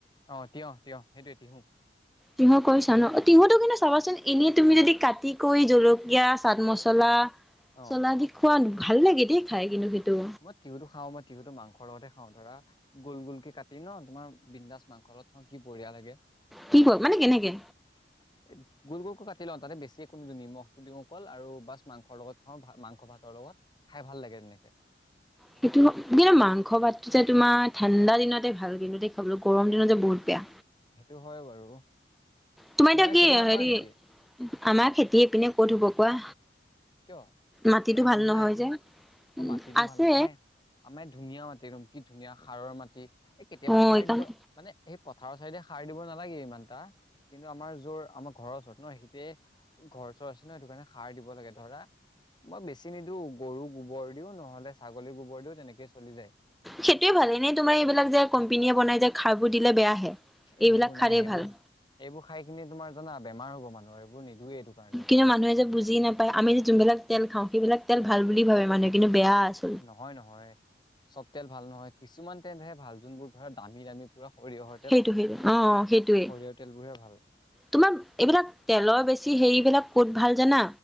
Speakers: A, on the left (about 25°); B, in the centre.
A: অ', তিয়হ, তিয়হ সেইটোৱে তিহু।
B: তিহু কৰিচা ন, অ' তিহুটো কিন্তু চাবাচোন। এনেই তুমি যদি কাটি কৰি জলকীয়া, চাট মচলা,
A: অ
B: চলা দি খোৱাত ভাল লাগে দেই খাই কিন্তু সেইটো।
A: মই তিহুতো খাওঁ, মই তিহুটো মাংস লগতে খাওঁ ধৰা। গোল, গোলকে কাটি ন তোমাৰ বিন্দাছ মাংস লগত খাওঁ কি বহিয়া লাগে।
B: কি কয় মানে কেনেকে?
A: <inaudible> গোল, গোল কৈ কাটি লওঁ তাতে বেছি একো নিদিও নিমখটো দিও অকল, আৰু বাছ মাংসৰ লগত খাওঁ, মাংস ভাতৰ লগত। খাই ভাল লাগে তেনেকে।
B: সেইটো কিন্তু মাংস ভাতটো যে তোমাৰ ঠাণ্ডা দিনতে ভাল কিন্তু খাবলৈ গৰম দিনততে বহুত বেয়া।
A: সেইটো হয় বাৰু।
B: তোমাৰ
A: তোমালোকে
B: এতিয়া কি
A: খেতি নকৰা
B: হেৰি
A: নেকি
B: আমাৰ খেতিয়ে পিনে ক'ত হ'ব কোৱা।
A: কিয়
B: মাটিতটো
A: তাতে মানুহ
B: ভাল নহয়
A: নাই
B: যে।
A: অ',
B: উম
A: মাটিতটো
B: আছে
A: ভাল ন আমাই আমাৰ ধুনীয়া মাটি একদম কি ধুনীয়া সাৰুৱা মাটি। এই কেতিয়াবা
B: অ
A: সাৰ
B: এইকাৰণে
A: দিব মানে সেই পথাৰৰ চাইডে সাৰ দিব নালাগে ইমান এটা কিন্তু আমাৰ যোৰ আমাৰ ঘৰৰ ওচৰত ন সিতেয় ঘৰ চৰ আছে ন সেইটো কাৰণে সাৰ দিব লাগে ধৰা মই বেছি নিদিও গৰুক গোবৰ দিও নহলে ছাগলী গোবৰ দিও তেনেকে চলি যায়।
B: সেইটোৱে ভাল এনেই তোমাৰ এইবিলাক যে কোম্পেনীয়ে বনাই যে খাৰ বোৰ দিলে বেয়াহে
A: এ সেইবোৰ
B: এইবিলাক
A: নাই
B: খাৰেই
A: সেইবোৰ
B: ভাল।
A: এইবোৰ খাই খিনি তোমাৰ জানা বেমাৰ হ'ব মানুহৰ এইবোৰ নিদওঁৱেই এইটো কাৰণে।
B: কিন্তু মানুহে যে বুজি নাপায় আমি যে যোনবিলাক তেল খাওঁ সেইবিলাক তেল ভাল বুলি ভাবে মানুহে কিন্তু বেয়া আছে।
A: নহয়, নহয়। চ'ব তেল ভাল নহয় কিছুমান তেলহে ভাল যোনবোৰ ধৰা দামী দামী পুৰা সৰিয়হৰ। তেল
B: সেইটো সেইটো অ', সেইটোৱেই।
A: সৰিয়হৰ তেলবোৰহে ভাল
B: তোমাৰ এইবিলাক তেলৰ বেছি হেৰিবিলাক ক'ত ভাল জানা